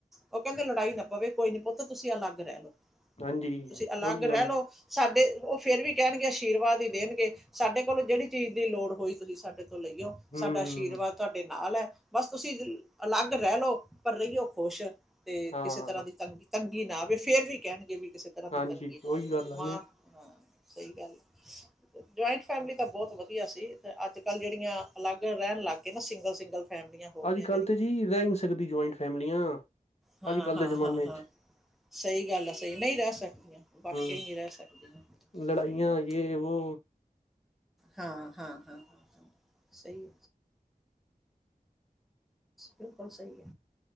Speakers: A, in the centre; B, on the left (about 45°).
A: ਉਹ ਕਹਿੰਦੇ ਲੜਾਈ ਨਾ ਪਵੇ, ਕੋਈ ਨੀ ਪੁੱਤ ਤੁਸੀਂ ਅਲੱਗ ਰਹਿ ਲੋ
B: ਹਾਂਜੀ
A: ਤੁਸੀਂ ਅਲੱਗ
B: ਉਹੀ
A: ਰਹਿ
B: ਗੱਲ
A: ਲੋੋ,
B: ਆ
A: ਸਾਡੇ ਉਹ ਫਿਰ ਵੀ ਕਹਿਣਗੇ ਆਸ਼ੀਰਵਾਦ ਹੀ ਦੇਣਗੇਂ, ਸਾਡੇ ਕੋਲੋਂ ਜਿਹੜੀ ਚੀਜ਼ ਦੀ ਲੋੜ ਹੋਈ ਤੁਸੀਂ ਸਾਡੇ ਭੁੱਲ ਗਏ ਹੋ ਸਾਡਾ
B: ਹੂੰ,
A: ਆਸ਼ੀਰਵਾਦ ਤੁਹਾਡੇ ਨਾਲ ਐ। ਬਸ ਤੁਸੀਂ ਅਲੱਗ ਰਹਿ ਲੋਓ ਪਰ ਰਹੀਓ ਖੁਸ਼ ਤੇ
B: ਹਾਂ
A: ਕਿਸੇ ਤਰ੍ਹਾਂ ਦੀ ਤਂਗੀ ਤੰਗੀ ਨਾਂ ਆਵੇ ਫੇਰ ਵੀ ਕਹਿਣਗੇ ਵੀ ਕਿਸੇ ਤਰ੍ਹਾਂ ਦੀ
B: ਹਾਂਜੀ
A: ਤੰਗੀ
B: ਉਹੀ
A: ਨਾਂ
B: ਗੱਲ ਆ
A: ਮਾਂ ਸਹੀ ਗੱਲ ਏ, ਜੁਆਇੰਟ ਫੈਮਿਲੀ ਤਾਂ ਬਹੁਤ ਵਧੀਆ ਸੀ। ਤੇ ਅੱਜ-ਕੱਲ੍ਹ ਜਿਹੜੀਆਂ ਅਲੱਗ ਰਹਿਣ ਲੱਗ ਗਏ ਨਾ ਸਿੰਗਲ, ਸਿੰਗਲ ਫੈਮਲੀਆਂ ਹੋ
B: ਅੱਜ-ਕੱਲ੍ਹ
A: ਗਈਆਂ ਜਿਹੜੀਆਂ
B: ਤੇ ਜੀ ਰਹਿ ਨਹੀਂ ਸਕਦੀ ਜੁਆਇੰਟ ਫੈਮਲੀਆਂ
A: ਹਾਂ,
B: ਅੱਜ ਕੱਲ੍ਹ
A: ਹਾਂ,
B: ਦੇ ਜ਼ਮਾਨੇ
A: ਹਾਂ, ਹਾਂ।
B: ਚ
A: ਸਹੀ ਗੱਲ ਐ, ਸਹੀ ਨਈਂ ਰਹਿ ਸਕਦੇ ਵਾਕੇ
B: ਹੂੰ,
A: ਨਈਂ ਰਹਿ ਸਕਦੈ
B: ਲੜਾਈਆਂ
A: ਸਹੀ ਗੱਲ
B: ਯੇ ਵੋ
A: ਹਾਂ, ਹਾਂ, ਹਾਂ, ਸਹੀ ਬਿਲਕੁਲ ਸਹੀ ਐ